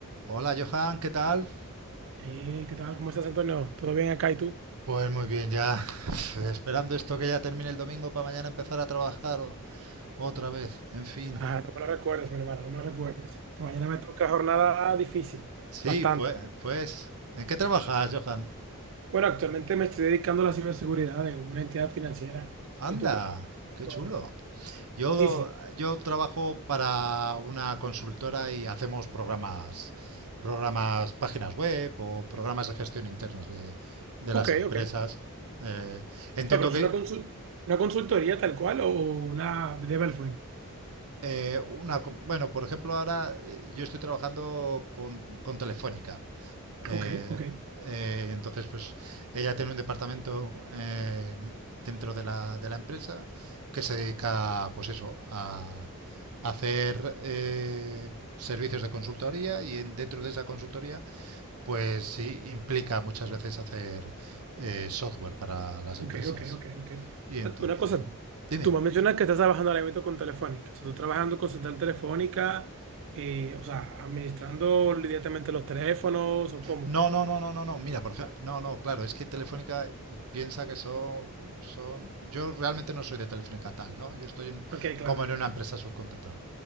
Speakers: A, on the right; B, on the right.
A: Hola Johan, ¿qué tal?
B: Hey, ¿qué tal? ¿Cómo estás, Antonio? ¿Todo bien acá y tú?
A: Pues muy bien, ya <sighs> esperando esto que ya termine el domingo para mañana empezar a trabajar o- otra vez, en fin.
B: Ah, no me lo recuerdes, mi hermano, no me lo recuerdes. Que mañana me toca jornada difícil,
A: Sí,
B: bastante.
A: pues, pues, ¿en qué trabajas, Johan?
B: Bueno, actualmente me estoy dedicando a la ciberseguridad de una entidad financiera.
A: Anda,
B: ¿Y tú qué
A: qué
B: tal?
A: chulo. Yo,
B: Sí, sí.
A: yo trabajo para una consultora y hacemos programas, programas, páginas web o programas de gestión internos de, de
B: Ok,
A: las empresas.
B: ok. O
A: Eh, entiendo
B: sea, pero es
A: que...
B: una, consul- una consultoría tal cual o una development.
A: Eh, una, com- bueno, por ejemplo, ahora eh, yo estoy trabajando con, con Telefónica. Eh,
B: Ok, ok.
A: eh, entonces, pues ella tiene un departamento eh, dentro de la, de la empresa que se dedica, pues eso, a, hacer eh, servicios de consultoría y en, dentro de esa consultoría, pues sí, implica muchas veces hacer eh, software para las empresas.
B: Ok, ok, ok, ok.
A: Y entonces,
B: O sea, Una cosa,
A: dime.
B: tú me mencionas que estás trabajando ahora mismo con Telefónica. O sea, tú trabajando con Central Telefónica, eh, o sea, administrando directamente los teléfonos o cómo.
A: No, no, no, no, no, no. Mira, por ejemplo, no, no, claro, es que Telefónica piensa que son, son. Yo realmente no soy de Telefónica tal, ¿no? Yo estoy en-
B: Ok, claro.
A: como en una empresa subcontratado.